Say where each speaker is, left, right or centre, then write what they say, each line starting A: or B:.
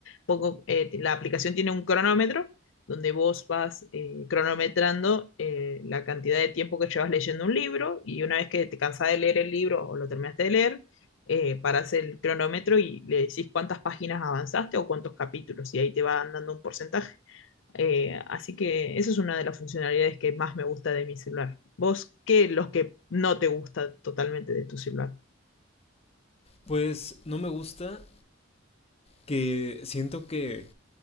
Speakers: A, on the left (about 70°); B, on the left (about 30°).
A: poco, eh, la aplicación tiene un cronómetro donde vos vas eh, cronometrando eh, la cantidad de tiempo que llevas leyendo un libro y una vez que te cansás de leer el libro o lo terminaste de leer, eh, para hacer el cronómetro y le decís cuántas páginas avanzaste o cuántos capítulos, y ahí te van dando un porcentaje. Eh, así que esa es una de las funcionalidades que más me gusta de mi celular. ¿Vos qué los que no te gusta totalmente de tu celular?
B: Pues no me gusta que siento que